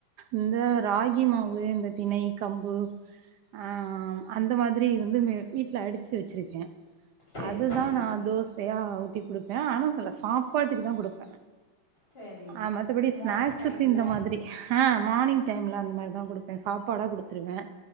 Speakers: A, on the right; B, on the left.
A: இந்த ராகி மாவு இந்த திணை கம்பு ஆ அந்த மாதிரி வந்து வீட்ல அடிச்சு வச்சுருக்கே
B: சரி
A: அதுதா
B: சரி
A: நா தோசயா ஊத்தி குடுப்பே ஆனா சில சாப்பாட்டுக்கு தா குடுப்பே
B: சரி.
A: அ மத்தபடி
B: மார்னிங்
A: ஸ்நாக்ஸுக்கு
B: டைம்ல.
A: இந்த மாதிரி ஆ மார்னிங் டைம்ல அந்த மாதிரி தா குடுப்பே சாப் பாடா குடுத்துருவே